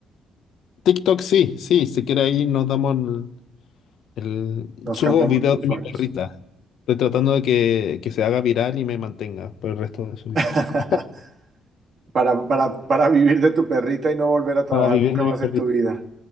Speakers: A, on the left; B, on the right.
A: TikTok sí, sí, si quiere ahí nos damos el, el-
B: Nos
A: Subo
B: cambiamos
A: videos
B: de usuarios.
A: de mi perrita. Estoy tratando de que, que se haga viral y me mantenga por el resto de su vida.
B: <laughs>
A: <laughs>
B: Para, para, para vivir de tu perrita y no volver a trabajar
A: Para vivir
B: nunca
A: de
B: más
A: mi perrita.
B: en tu vida.